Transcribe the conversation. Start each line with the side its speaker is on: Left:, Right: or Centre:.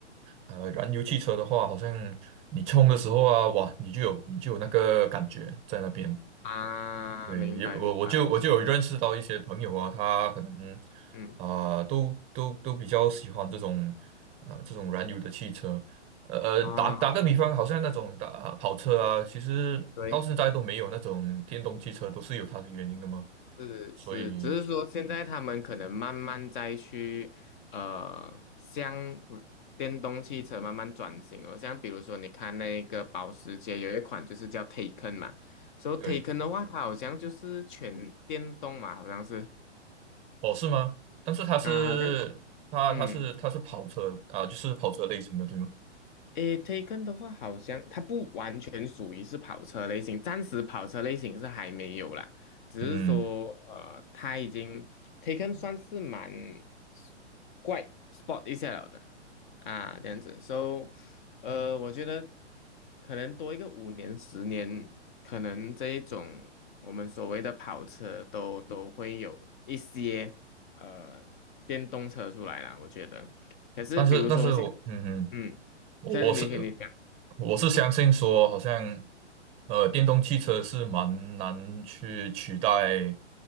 Right: 呃燃油汽车的话，好像你冲的时候啊，哇，你就有你就有那个感觉在那边。
Left: 啊，
Right: 对，
Left: 明白明白，
Right: 有我我就我就有认识到一些朋友啊，他可能
Left: 嗯
Right: 啊、都都都比较喜欢这种呃这种燃油的汽车。呃呃，
Left: 啊，
Right: 打打个比方，好像那种打跑车啊，其实到现在都没有那种电动汽车，
Left: 对。
Right: 都是有它的原因的嘛。
Left: 是是，
Right: 所以
Left: 只是说现在他们可能慢慢再去呃，向电动汽车慢慢转型了。像比如说，你看那个保时捷有一款就是叫 Taycan 嘛，所以
Right: 对。
Left: Taycan 的话，它好像就是全电动嘛，好像是
Right: 哦，是吗？但是它是它它是它是跑车啊，
Left: 啊，好像嗯。
Right: 就是跑车类型的，对吗？
Left: 诶，Taken 的话，好像它不完全属于是跑车类型，暂时跑车类型是还没有啦，只是说呃，
Right: 嗯，
Left: 它已经 Taken 算是蛮 s- 怪 sport 一下了的啊，这样子，so 呃，我觉得可能多一个五年十年，可能这一种我们所谓的跑车都都会有一些呃电动车出来啦，我觉得，可是比如说像
Right: 但是但是我嗯嗯，
Left: 嗯。
Right: 我我是
Left: 在是你跟你讲，
Right: 我是相信说，好像呃，电动汽车是蛮难去取代